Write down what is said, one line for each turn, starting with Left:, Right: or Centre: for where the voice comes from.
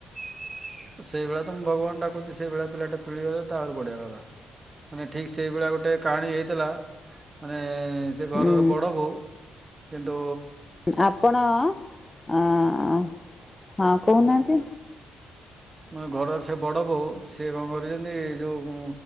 Right: <inaudible> ସେଇଭଳିଆ ତ ମୁଁ ଭଗବାନ ଡାକୁଛି। ସେଇଭଳିଆ ପିଲାଟା ମିଳିଗଲେ ତୋ ଆହୁରି ବଢିଆ କଥା। ମାନେ ଠିକ୍ ସେଇଭଳିଆ ଗୋଟେ କାହାଣୀ ହେଇଥିଲା। ମାନେ ସେ ଘରର
Left: ଉଁ
Right: ବଡ଼ ବୋହୂ। <inaudible> କିନ୍ତୁ
Left: ଆପଣ! ଆଁ ହଁ କହୁନାହାନ୍ତି।
Right: ମାନେ ଘରର ସେ ବଡ଼ ବୋହୂ। ସେ କଣ କରିଛନ୍ତି ଯୋଉ